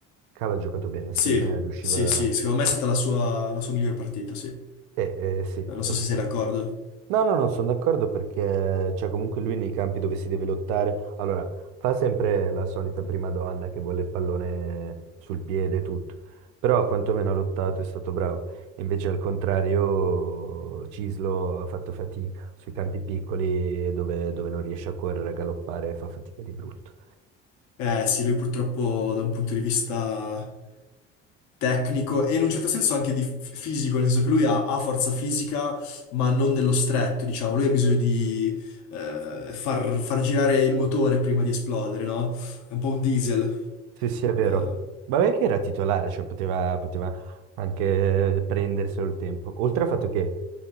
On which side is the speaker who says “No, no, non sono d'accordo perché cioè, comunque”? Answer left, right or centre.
Right